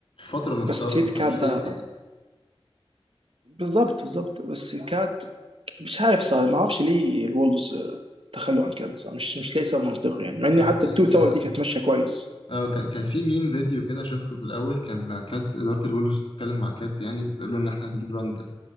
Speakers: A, on the left; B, on the right.
A: فتره من الفترات
B: بس تريد
A: حتى
B: كات
A: مش ليتلي
B: ده بالظبط بالظبط بس كات مش عارف صار ما اعرفش ليه الولفز آه، تخلوا عن كات صار مش مش ليه صار منطقي يعني مع ان
A: كان
B: حتى
A: في
B: التو تاور دي كانت ماشيه كويس
A: اه ك- كان في ميم فيديو كده شفته في الاول كان كات اداره الولفز بتتكلم مع كات يعني بتقول له ان احنا هنجيب راندل